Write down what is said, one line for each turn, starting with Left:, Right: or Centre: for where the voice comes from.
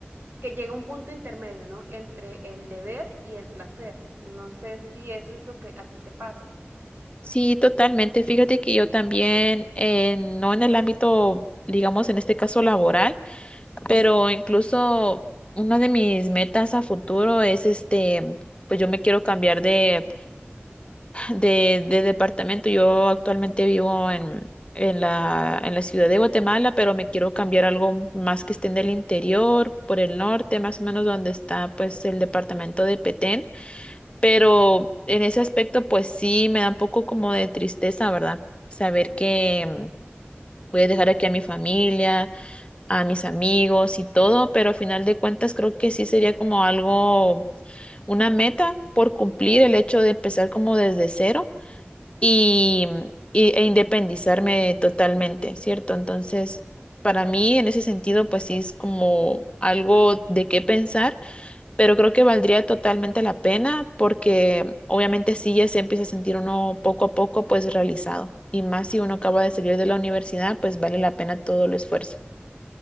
Right: que llega un punto intermedio, ¿no? Entre el deber y el placer. No sé si eso es lo que a ti te pasa.
Left: Sí, totalmente. Fíjate que yo también, eh, no en el ámbito, digamos, en este caso laboral, pero incluso una de mis metas a futuro es este, pues yo me quiero cambiar de de, de departamento. Yo actualmente vivo en, en la, en la ciudad de Guatemala, pero me quiero cambiar a algo más que esté en el interior, por el norte, más o menos donde está pues el departamento de Petén. Pero en ese aspecto pues sí me da un poco como de tristeza, ¿verdad? Saber que mm, voy a dejar aquí a mi familia, a mis amigos y todo, pero al final de cuentas creo que sí sería como algo, una meta por cumplir el hecho de empezar como desde cero y, y- e independizarme totalmente, ¿cierto? Entonces, para mí en ese sentido, pues sí es como algo de qué pensar, pero creo que valdría totalmente la pena porque obviamente sí ya se empieza a sentir uno poco a poco pues realizado. Y más si uno acaba de salir de la universidad, pues vale la pena todo el esfuerzo.